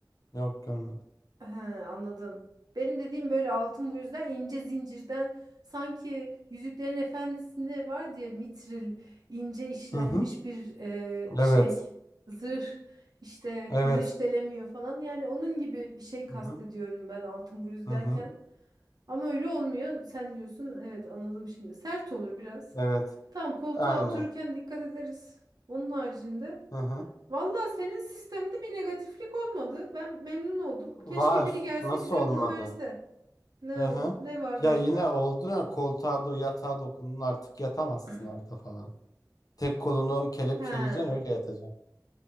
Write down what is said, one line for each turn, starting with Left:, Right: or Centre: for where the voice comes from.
Left: Yok görmedim.
Right: He, anladım. Benim dediğim böyle altın bu yüzden ince zincirden sanki Yüzüklerin Efendisi'nde var diye mitril ince işlenmiş
Left: Hı hı.
Right: bir e, şey
Left: Evet.
Right: zırh işte
Left: Evet.
Right: kılıç delemiyor falan yani onun gibi bir şey kastediyorum
Left: Hı hı.
Right: ben altın bluz
Left: Hı
Right: derken
Left: hı.
Right: ama öyle olmuyor sen diyorsun evet anladım şimdi sert olur biraz
Left: Evet.
Right: tamam koltuğa
Left: Aynen.
Right: otururken dikkat ederiz onun haricinde
Left: Hı hı.
Right: Valla senin sistemde bir negatiflik olmadı. Ben memnun oldum.
Left: Var.
Right: Keşke biri gelse
Left: Nasıl
Right: bize
Left: olmadı?
Right: bunu verse. Ne
Left: Hı hı.
Right: o- ne var
Left: Ya
Right: başka?
Left: yine oldu ya koltuğa do yatağa dokundun artık yatamazsın
Right: <clears throat>
Left: orada falan. Tek kolunu kelepçeleyeceksin
Right: Ha,
Left: öyle yatacaksın.